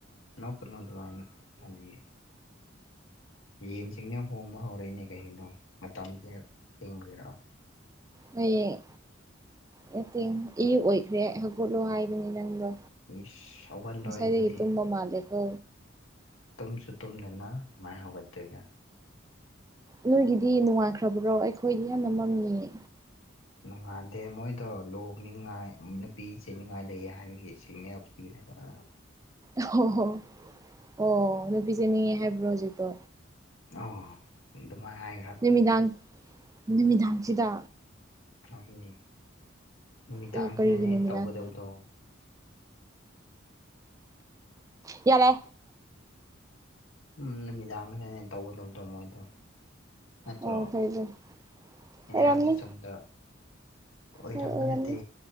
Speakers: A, on the left; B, on the right.
A: ꯅꯣꯛꯀꯅꯣ ꯑꯗꯨꯃꯥꯏꯅꯥ ꯇꯅꯤꯡꯗꯦ ꯌꯦꯟꯁꯤꯡꯅ ꯍꯣꯡꯕ ꯍꯧꯔꯛꯏꯅꯦ ꯀꯩꯒꯤꯅꯣ ꯃꯇꯝꯁꯦ ꯊꯦꯡꯕꯒꯤꯔꯣ
B: ꯍꯌꯦꯡ ꯅꯠꯇꯦꯡ ꯏꯌꯨ ꯑꯣꯏꯈ꯭ꯔꯦ ꯍꯧꯒꯠꯂꯣ ꯍꯥꯏꯕꯅꯤ ꯅꯪꯗꯣ
A: ꯏꯁ ꯍꯧꯒꯠꯂꯣꯏ
B: ꯃꯁꯥꯏꯗꯒꯤ
A: ꯑꯗꯨꯗꯤ
B: ꯇꯨꯝꯕ ꯃꯥꯂꯒ
A: ꯇꯨꯝꯁꯨ ꯇꯨꯝꯗꯅ ꯀꯃꯥꯏ ꯍꯧꯒꯠꯇꯣꯏꯒ
B: ꯅꯣꯏꯒꯤꯗꯤ ꯅꯨꯪꯉꯟꯈꯔꯥꯕꯣ ꯑꯩꯈꯣꯏꯗꯤ ꯌꯥꯝꯅ ꯃꯝꯅꯤꯌꯦ
A: ꯅꯣꯡꯉꯥꯟꯗꯦ ꯃꯣꯏꯗꯣ ꯂꯨꯍꯅꯤꯡꯉꯥꯏ ꯅꯨꯄꯤ ꯆꯦꯅꯤꯡꯉꯥꯏ ꯂꯩꯌꯦ ꯍꯥꯏꯕꯒꯤ ꯁꯤꯒꯅꯥꯜ ꯀꯕ <unintelligible>
B: ꯑꯣ ꯍꯣ ꯑꯣ ꯅꯨꯄꯤ ꯁꯦꯅꯤꯡꯉꯦ ꯍꯥꯏꯕ꯭ꯔꯣ ꯍꯧꯖꯤꯛꯇꯣ
A: ꯑꯣ ꯑꯗꯨꯃꯥꯏꯅ ꯍꯥꯏꯌ
B: ꯅꯨꯃꯤꯗꯥꯡ ꯅꯨꯃꯤꯗꯥꯡꯁꯤꯗ
A: ꯍꯣꯏ ꯅꯦ ꯅꯨꯃꯤꯗꯥꯡꯁꯤꯗꯅꯦ
B: ꯑꯦ ꯀꯔꯤꯒꯤ ꯅꯨꯃꯤꯗꯥꯡ
A: ꯇꯧꯒꯗꯕꯗꯣ
B: ꯌꯥꯔꯦ
A: ꯎꯝ ꯅꯨꯃꯤꯗꯥꯡꯒꯗꯅꯦ ꯇꯧꯒꯗꯕꯗꯣ ꯃꯣꯏꯗꯣ ꯅꯠꯇ꯭ꯔꯣ
B: ꯑꯣ ꯐꯩ ꯐꯩ
A: ꯑꯩꯅ
B: ꯑꯣꯏꯔꯝꯅꯤ
A: ꯍꯥꯏꯕꯁꯦ ꯆꯨꯝꯗ꯭ꯔ ꯑꯣꯏꯔꯝꯕ
B: ꯍꯣꯏ ꯑꯣꯏꯔꯝꯅꯤ
A: ꯅꯠꯇꯦ